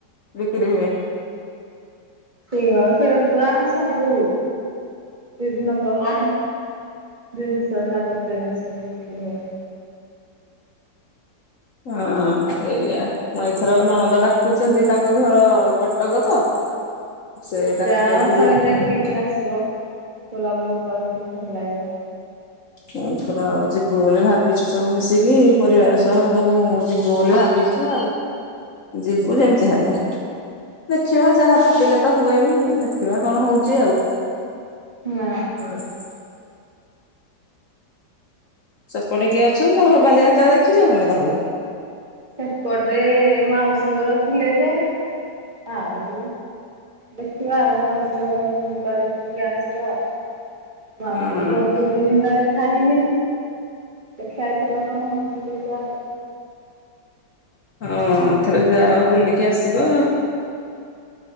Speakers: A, on the left; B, on the right.
A: ବିକ୍ରି ହୁଏ।
B: ସିଳ ଶିଳପୁଆ ସବୁ ବିଭିନ୍ନ ପ୍ରକାର ଜିନିଷ ଯାବତୀୟ ଜିନିଷ।
A: ହଁ ସେଇଆ। ଏଥର ନଣନ୍ଦ ଡାକୁଛନ୍ତି ତାଙ୍କ ଘର କଟକ ତ? ସେ ଡାକୁଛନ୍ତି
B: ଯାଅ ଥରେ ଦେଖିକି ଆସିବ ବୁଲାବୁଲି କରିକି ଭଲ ଲାଗିବ।
A: ଏଥର ଯିବୁ ବୋଲି ଭାବିଛୁ ସବୁ ମିଶିକି ପରିବାର ସହ ସବୁ ଯିବୁ ବୋଲି ଭାବିଛୁ ଆଉ। ଯିବୁ ଯେମିତି ହେଲେ। ଦେଖିବା ଯାହା ଭାବିଲେ ତ ହୁଏନି ଦେଖିବା କଣ ହଉଛି ଆଉ
B: ହୁଁ।
A: ହୁଁ <inaudible> ସେପଟେ କିଏ ଅଛନ୍ତି ଆମର ବାଲିଯାତ୍ରା ଦେଖିଛ ତମେ ତାହେଲେ?
B: ସେପଟେ ମାଉସୀ ଘର ଥିଲେ ଯେ ଆଉ ଦେଖିବା ଆଉ ମାଉସୀ ଘରକୁ ଯିବା ଦେଖିକି ଆସିବା। ମାଉସି
A: ହଁ
B: ବହୁତ ଦିନ ହେଲା ଦେଖା ହେଇନି। ଦେଖିବା ଏ ଥର କଣ ହଉଛି ଦେଖିବା ଆଉ?
A: ହଁ ଏଥର ଯାଅ ବୁଲିକି ଆସିବ।